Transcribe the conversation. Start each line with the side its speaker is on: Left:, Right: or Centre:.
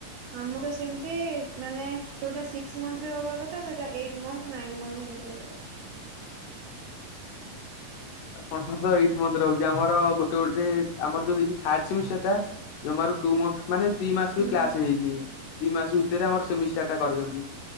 Right: ଆମର ତ ସେମିତି ମାନେ ଯୋଉଟା ସିକ୍ସ ମନ୍ଥରେ ହବା କଥା ସେଟା ଏଇଟ ମନ୍ଥ, ନାଇନ ମନ୍ଥ ଏମତି ହେଇଯାଉଚି।
Left: ଆପଣଙ୍କର ତ ଏଇଟ ମନ୍ଥରେ ହେଉଚି ଆମର ଗୋଟେ ଗୋଟେ ଆମର ଯୋଉ ହେଇଚି ଥାର୍ଡ ସେମିଷ୍ଟାର ଟା ଯମାରୁ ଟୁ ମନ୍ଥ ମାନେ ଦି ମାସ
Right: ହୁଁ
Left: ବି କ୍ଲାସ୍ ହେଇନି ଦି ମାସ ଭିତରେ ଆମର ସେମିଷ୍ଟାର ଟା କରିଚନ୍ତି।